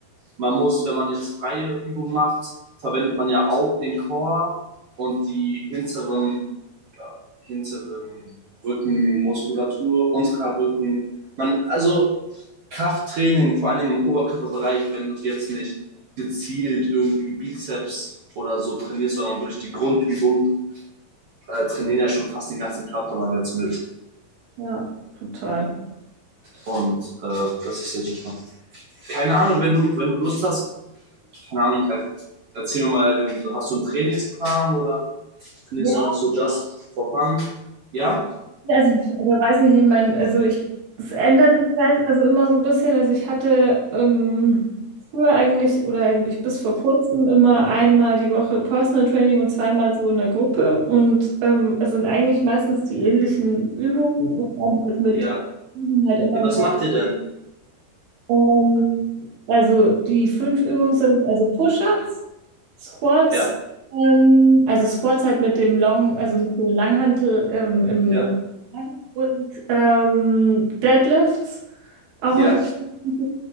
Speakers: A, on the right (about 55°); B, on the right (about 90°).
A: Man muss, wenn man jetzt freie Übung macht, verwendet man ja auch den Core und die hinteren, ja, hinteren Rückenmuskulatur, unserer Rücken. Man, also Krafttraining, vor allen Dingen im Oberkörperbereich, wenn du jetzt nicht gezielt irgendwie Bizeps oder so trainierst, sondern wirklich die Grundübung, äh, trainieren ja schon fast den ganzen Körper mal ganz mit.
B: ja, total.
A: Und äh, das ist ja super. keine Ahnung, wenn du, wenn du Lust hast, keine Ahnung, erzähl mir mal, so, hast du einen Trainingsplan oder trainierst
B: Ja.
A: du einfach so just for fun? Ja?
B: Also, oder weiß nicht, ich meine, also ich, es ändert sich weiß- also immer so ein bisschen. Also ich hatte ähm, früher eigentlich oder eigentlich bis vor kurzem immer einmal die Woche Personal Training und zweimal so in der Gruppe. Und ähm, es sind eigentlich meistens die ähnlichen Übungen und dann halt mit
A: Ja.
B: halt immer
A: ja.
B: mehr.
A: Was macht ihr denn?
B: Ähm, also die fünf Übungen sind also Push-ups. Squats,
A: Ja.
B: ähm, also Squats halt mit dem Long, also mit dem Langhantel ähm, im
A: ja,
B: und ähm, Deadlifts auch
A: Äh,
B: mit <laughs>